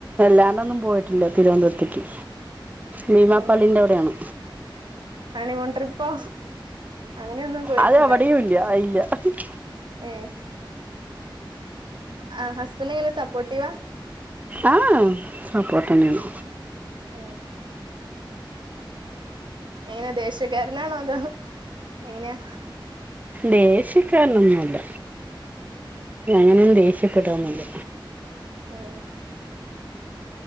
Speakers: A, on the right (about 20°); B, on the right (about 65°).
A: എല്ലാണ്ടൊന്നും പോയിട്ടില്ല തിരുവനന്തപുരത്തേക്ക് ഭീമാപ്പള്ളിന്റെ
B: ഏ
A: അവിടെയാണ്
B: ഹണിമൂൺ ട്രിപ്പോ അങ്ങനെയൊന്നും പോയിട്ടുണ്ടാവില്ലേ
A: അത് അവിടെയും ഇല്ല ഇല്ല ഉ <inaudible>
B: ഏ ആ് ഹസ്ബൻ ങ്ങന സപ്പോർട്ടീവാ
A: ആ സപ്പോർട്ട് തന്നെ ആണ്
B: ആഹ എങ്ങനെ ദേശ്യകാരനാണോ അതോ എങ്ങനെയാ
A: ദേഷ്യക്കാരനൊന്നുമല്ല അങ്ങനെ എന്ത ഷാപ്പെടാന്നുല്ല
B: ആഹ